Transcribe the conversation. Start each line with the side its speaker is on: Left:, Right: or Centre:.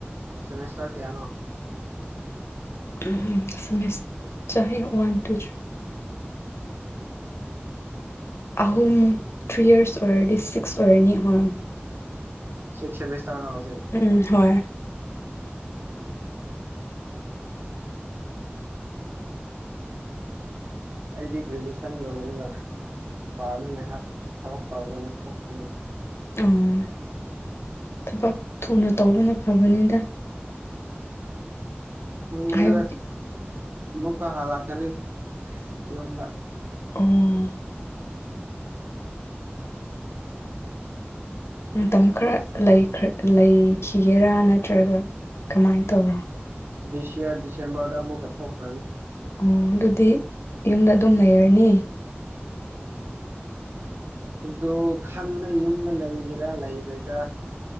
Right: ꯁꯦꯃꯤꯁꯇꯔ ꯀ꯭ꯌꯥꯅꯣ
Left: <unintelligible> ꯁꯤꯃꯤꯁ ꯆꯍꯤ ꯋꯥꯟ ꯇꯨ ꯊ꯭ꯔꯤ ꯑꯍꯨꯝ ꯊ꯭ꯔꯤ ꯏꯌꯔꯁ ꯑꯣꯏꯔꯗꯤ ꯁꯤꯛꯁ ꯑꯣꯏꯔꯅꯤ ꯍꯣꯏ
Right: ꯁꯤꯛ ꯁ‌ꯦꯃꯤꯁꯇꯔꯔꫭ ꯍꯧꯖꯤꯛ
Left: ꯎꯝ ꯍꯣꯏ
Right: ꯎꯝ ꯑꯩꯗꯤ ꯒ꯭ꯔꯦꯖꯨꯑꯦꯁꯟ ꯂꯣꯏꯔꯒ ꯃꯄꯥꯟꯗ ꯉꯥꯏꯍꯥꯛ ꯊꯕꯛ ꯇꯧꯒꯦꯅ ꯊꯣꯛꯄꯅꯤ
Left: ꯑꯝ ꯊꯕꯛ ꯊꯨꯅ ꯇꯧꯕꯅ ꯐꯕꯅꯤꯗꯥ
Right: ꯊꯣꯡꯗ‌ꯦꯗꯥ
Left: ꯍꯥꯏꯕꯗꯤ
Right: ꯑꯃꯨꯛꯀꯥ ꯍꯂꯛꯀꯥꯅꯤ ꯌꯨꯝꯗꯥ
Left: ꯑꫭ ꯃꯇꯝ ꯈꯔ ꯂꯩꯈ꯭ꯔꯥ ꯂꯩꯈꯤꯒꯦꯔꯥ ꯅꯠꯇ꯭ꯔꯥꯒ ꯀꯃꯥꯏꯟ ꯇꯧꯔꯥ
Right: ꯗꯤꯁ ꯌꯥꯔ ꯗꯤꯁꯦꯝꯕꯔꯗꯥ ꯑꯃꯨꯛꯀꯥ ꯊꯣꯛꯈ꯭ꯔꯥꯅꯤ
Left: ꯑꯣ ꯑꯗꯨꯗꯤ ꯌꯨꯝꯗꯥ ꯑꯗꯨꯝ ꯂꯩꯔꯅꯤ
Right: ꯑꯗꯣ ꯈꯪꯗ‌ꯦ ꯌꯨꯝꯗꯥ ꯂꯩꯒꯦꯔꯥ ꯂꯩꯔꯣꯏꯗ꯭ꯔꯥ